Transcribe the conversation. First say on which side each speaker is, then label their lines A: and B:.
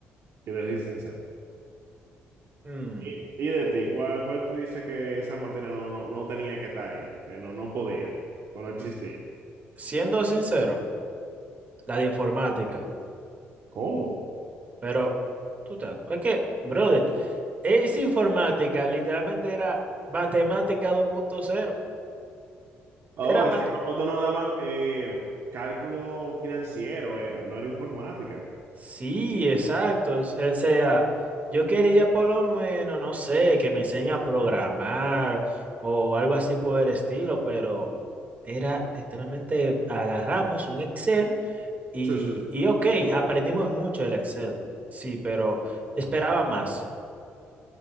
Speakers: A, on the right (about 65°); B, on the right (about 35°).
A: quiero decir sincero.
B: Mm,
A: Y, y de ti, ¿cuál, cuál tú dices que esa materia no, no, no tenía que estar ahí, que no, no podía, o no existía?
B: mm, Siendo sincero, la de informática,
A: ¿Cómo?
B: pero tú te, es que, brother, esa informática literalmente era matemática dos punto cero
A: Oh,
B: Era, ma-
A: es que como tú no daban eh, cálculo financiero, era, no era informática.
B: Sí, exacto. O sea, yo quería por lo menos, no sé, que me enseñe a programar o algo así por el estilo, pero era literalmente agarramos un Excel y,
A: Sí, sí.
B: y ok, aprendimos mucho del Excel. Sí, pero esperaba más.